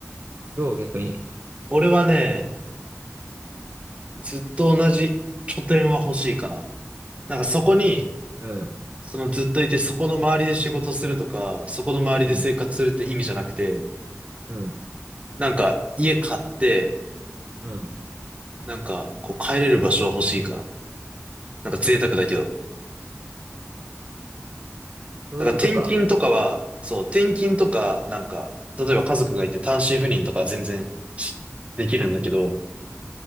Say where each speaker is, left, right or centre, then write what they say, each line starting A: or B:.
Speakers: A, on the right (about 50°); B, on the right (about 25°).
A: どう逆に。
B: 俺はね、ずっと同じ拠点は欲しいかな。なんかそこに、
A: うん。
B: そのずっといて、そこの周りで仕事するとか、そこの周りで生活するって意味じゃなくて、
A: うん。うん。
B: なんか家買って、
A: うん。
B: なんかこう帰れる場所は欲しいかな。なんか贅沢だけど。
A: そういうことか。
B: だから転勤とかは、そう、転勤とか、なんか、例えば家族がいて単身赴任とか全然しできるんだけど、